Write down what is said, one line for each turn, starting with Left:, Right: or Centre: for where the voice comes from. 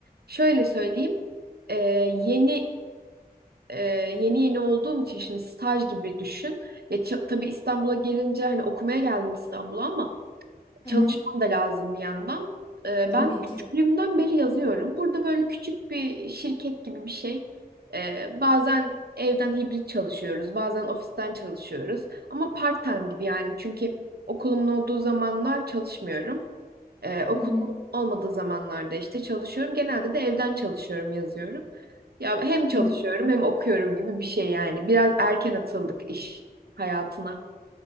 Right: şöyle söyleyeyim. Ee, yeni e, yeni yeni olduğum için şimdi staj gibi düşün. Ya ça- tabii İstanbul'a gelince hani okumaya geldim İstanbul'a ama
Left: Hı
Right: çalışmam
Left: hı,
Right: da lazım bir yandan. Ee,
Left: tabii
Right: ben küçüklüğümden
Left: ki.
Right: beri yazıyorum. Burada böyle küçük bir şirket gibi bir şey. Ee, bazen evden hibrit çalışıyoruz, bazen ofisten çalışıyoruz. Ama part-time gibi yani çünkü okulumun olduğu zamanlar çalışmıyorum. Ee, okulumun
Left: Hı hı.
Right: olmadığı zamanlarda işte çalışıyorum. Genelde de evden çalışıyorum, yazıyorum. Ya hem çalışıyorum
Left: Ay ne güzel.
Right: hem okuyorum gibi bir şey yani. Biraz erken atıldık iş hayatına.